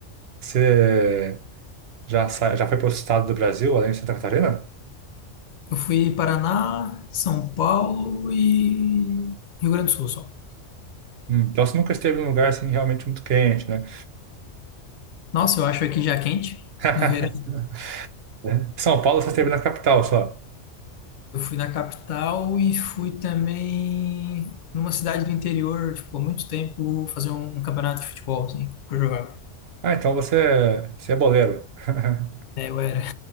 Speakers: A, on the right; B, on the left.
A: Você já, sa- já foi para o estado do Brasil, além de Santa Catarina?
B: Eu fui Paraná, São Paulo e Rio Grande do Sul só.
A: Hum, Então você nunca esteve num lugar assim realmente muito quente, né?
B: Nossa, eu acho aqui já quente
A: <laughs>
B: no verão.
A: Né? São Paulo você esteve na capital só.
B: Eu fui na capital e fui também numa cidade do interior, tipo, há muito tempo, fazer um, um campeonato de futebol, assim, que eu jogava.
A: Ah, então você, você é boleiro. <laughs>
B: É, eu era,